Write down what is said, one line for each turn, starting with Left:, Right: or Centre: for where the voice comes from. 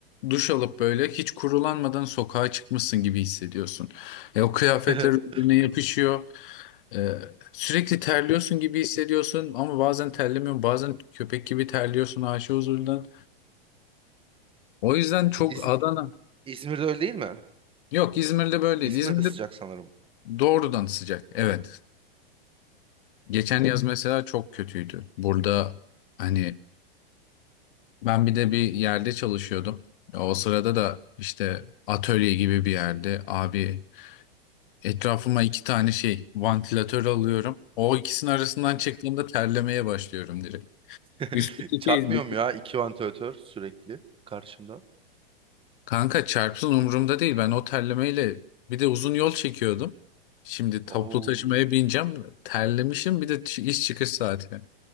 Left: duş alıp böyle hiç kurulanmadan sokağa çıkmışsın gibi hissediyorsun. E, o kıyafetler
Right: <laughs>
Left: birbirine yapışıyor. E, sürekli terliyorsun gibi hissediyorsun ama bazen terlemiyorsun. Bazen köpek gibi terliyorsun aşı huzurundan. O yüzden çok
Right: İzm-
Left: Adana.
Right: İzmir'de öyle değil mi?
Left: Yok İzmir'de böyle değil.
Right: İzmir'de
Left: İzmir'de
Right: sıcak sanırım.
Left: doğrudan sıcak. Evet. Geçen yaz mesela çok kötüydü. Burada hani ben bir de bir yerde çalışıyordum. O sırada da işte atölye gibi bir yerde abi Etrafıma iki tane şey vantilatör alıyorum. O ikisinin arasından çıktığımda terlemeye başlıyorum direkt.
Right: <laughs>
Left: Üstteki
Right: Çarpmıyor
Left: şey
Right: mu ya iki vantilatör sürekli karşımda.
Left: Kanka çarpsın umurumda değil. Ben o terlemeyle bir de uzun yol çekiyordum. Şimdi toplu
Right: Oo.
Left: taşımaya bineceğim. Terlemişim bir de ç- iş çıkış saati.